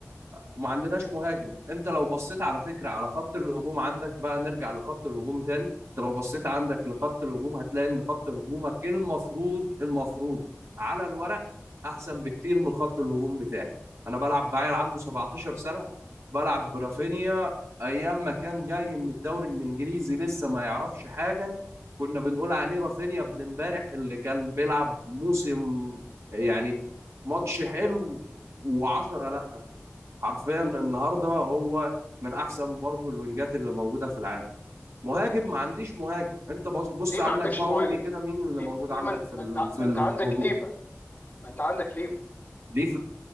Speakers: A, on the right; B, on the left.
A: وما عندناش مهاجم انت لو بصيت على فكرة على خط الهجوم عندك بقى نرجع لخط الهجوم تاني انت لو بصيت عندك لخط الهجوم هتلاقي ان خط هجومك المفروض المفروض على الورق احسن بكتير من خط الهجوم بتاعي انا بلعب بعيل عنده 17 سنة بلعب برافينيا ايام ما كان جاي من الدوري الانجليزي لسه ما يعرفش حاجة كنا بنقول عليه رافينيا ابن امبارح اللي كان بيلعب موسم يعني ماتش حلو و10 لا حرفيا النهارده هو من احسن برضه الوينجات اللي موجوده في العالم مهاجم ما عنديش مهاجم انت بص بص
B: ليه
A: عندك
B: ما عندكش
A: بقى
B: مهاجم
A: قول لي كده مين اللي
B: ليه
A: موجود
B: ليه
A: عندك
B: ما انت
A: في
B: ما
A: ال-
B: انت
A: في
B: ما
A: الهجوم
B: انت عندك ليفا ما انت عندك ليفا
A: ليفا